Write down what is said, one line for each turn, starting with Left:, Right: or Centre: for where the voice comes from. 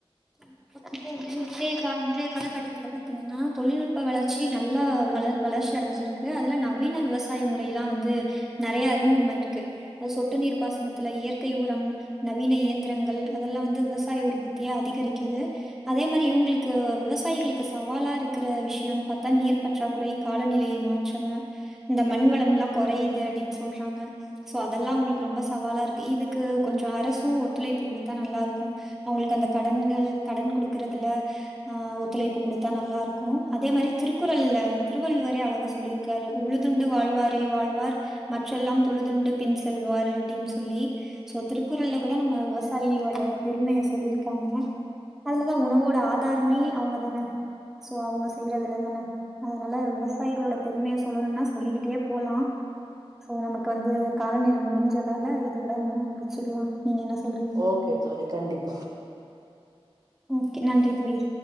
Centre: <inaudible> <inaudible> இன்றைய கா இன்றைய காலகட்டத்துல பாத்தீங்கன்னா தொழில்நுட்ப வளர்ச்சி நல்லா வளர் வளர்ச்சி அடைஞ்சிருக் க்கு அதுல நவீன விவசாய முறையெல்லா வந்து நெறையா அறிமுகமாயிருக்கு அ சொட்டு நீர் பாசனத்துல இயற்கை உரம் நவீன இயந்திரங்கள் அதெல்லா வந்து விவசாய உற்பத்திய அதிகரிக்குது அதே மாரி இவுங்களுக்கு விவசாயிகளுக்கு சவாலா இருக்கிற விஷயனு பாத்தா நீர் பற்றாக்குறை காலநிலை மாற் ச்ங்க இந்த மண்வளம் எல்லா கொறையுது அப்டின் சொல்றாங்க சோ அதெல்லா உங்களுக்கு ரொம்ப சவாலா இருக்கு இதுக்கு கொஞ்சோ அரசு ஒத்துழைப்பு குடுத்தா நல்லா இருக்கு அவுங்களுக்கு அந்த கடன்கள் கடன் குடுக்குறதுல ஆ ஒத்துழைப்பு குடுத்தா நல்லா இருக்கு அதே மாரி திருக்குறள்ல திருவள்ளுவரே அழகா சொல்லிரு காரு உழுதுண்டு வாழ்வாரே வாழ்வார் மற்றெல்லாம் தொழுதுண்டு பின் செல்வார் அப்டின் சொல்லி சோ திருக்குறள்ல கூட நம்ம விவசாயியோட பெருமைய சொல்லிருக் க்காங்க அதுலதான் உணவோட ஆதாரமே அவுங்கதான சோ அவுங்க செய்யறதுலதான அதனால விவசாயிகளோட பெருமைய சொல்லணுனா சொல்லிகிட்டே போலா சோ நமக்கு வந்து கால நேரோ முடிஞ்சதால இதோட நா முட்ச்சுக்கலா நீங்க என்ன சொல்றீங்
Right: ஓகே தோழி கண்டிப்
Centre: ஓகே நன்றி தோழி